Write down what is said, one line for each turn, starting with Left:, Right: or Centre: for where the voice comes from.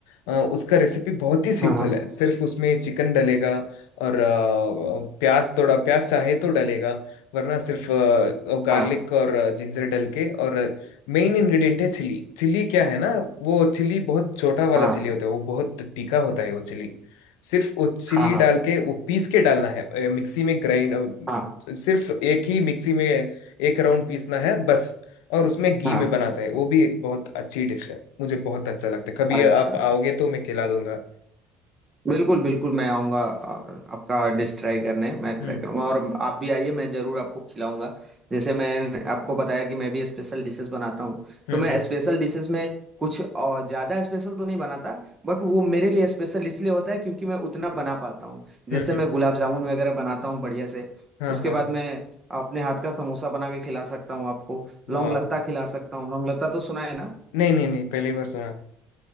Left: अ, उसका रेसिपी बहुत ही सिंपल
Right: हाँ
Left: है सिर्फ उसमें चिकन डलेगा और अ, प्याज थोड़ा प्याज चाहे तो डलेगा वरना सिर्फ गार्लिक
Right: हाँ
Left: और जिंजर डल के और मेन इंग्रेडिएंट है चिली चिली क्या है ना वो चिली बहुत छोटा वाला
Right: हाँ
Left: चिली होता है वो बहुत तीखा होता है वो चिली सिर्फ वो चिली
Right: हाँ हाँ
Left: डाल
Right: हाँ
Left: के वो पीस के डालना है अ, मिक्सी में ग्राइंड अ,
Right: हाँ
Left: सिर्फ एक ही मिक्सी में एक राउंड पीसना है बस और उसमें घी
Right: हाँ
Left: में बनाते हैं वो भी एक बहुत अच्छी डिश है मुझे बहुत अच्छा लगता है कभी
Right: अच्छा
Left: आप आओगे तो मैं खिला दूंगा
Right: बिल्कुल, बिल्कुल, मैं आऊँगा और आपका डिश ट्राई करने, मैं ट्राई
Left: हम्म
Right: करूँगा और आप भी आइए, मैं ज़रूर आपको खिलाऊँगा। जैसे मैंने आपको बताया कि मैं भी स्पेशल डिशेज़ बनाता हूँ,
Left: हम्म
Right: तो मैं
Left: हम्म
Right: स्पेशल डिशेज़ में कुछ अ, ज़्यादा स्पेशल तो नहीं बनाता, बट वो मेरे लिए स्पेशल इसलिए होता है क्योंकि मैं उतना बना पाता हूँ। जैसे
Left: हम्म हम्म,
Right: मैं गुलाब जामुन वगैरह बनाता हूँ बढ़िया से,
Left: हाँ
Right: उसके
Left: हाँ
Right: बाद
Left: हाँ
Right: मैं अपने हाथ का समोसा बना के खिला सकता हूँ आपको,
Left: वाह
Right: लौंग लत्ता खिला सकता हूँ। लौंग लत्ता तो सुना है ना?
Left: नहीं नहीं नहीं पहली बार सुना है